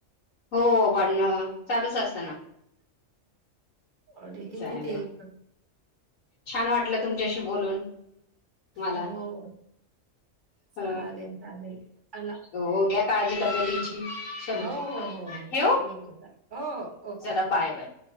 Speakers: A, on the left; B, on the right.
A: हो भाडणं चालूच अस
B: अ किती
A: चालेल
B: ते एक
A: छान वाटलं तुमच्याशी बोलून. मला
B: हो.
A: अ
B: चालेल चालेल चला
A: हो घ्या काळजी तब्येतीची चलो
B: हो हो हो हो.
A: ठेवू
B: ठीक आहे चालेल हो हो ओके
A: चला bye
B: okay
A: bye